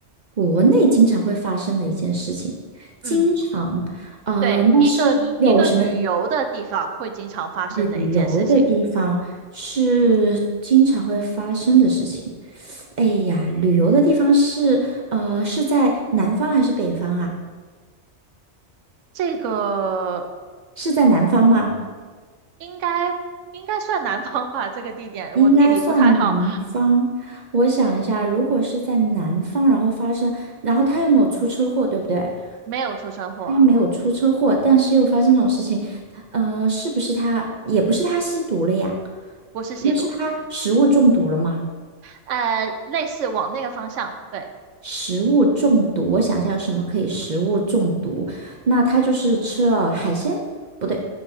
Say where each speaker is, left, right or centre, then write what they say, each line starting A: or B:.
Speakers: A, on the right; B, on the right.
A: 国内经常会发生的一件事情，经常，
B: 嗯，
A: 呃，
B: 对，
A: 那是有什么
B: 一个一个旅游的地方会经常发生的一件事情。
A: 旅游的地方是经常会发生的事情？哎呀，旅游的地方是，呃，是在南方还是北方啊？
B: 这个
A: 是在南方吗？
B: 应该应该算南方吧，这个地点我地理不太好，
A: 应该算南方。我想一下，如果是在南方，然后发生，然后他又没有出车祸，对不对？
B: 没有出车祸。
A: 他没有出车祸，但是又发生这种事情，呃，是不是他，也不是他吸毒了呀？
B: 不是吸毒，
A: 那是他食物中毒了吗？
B: 呃，类似往那个方向，对，
A: 食物中毒，我想一下有什么可以食物中毒？那他就是吃了海鲜，不对，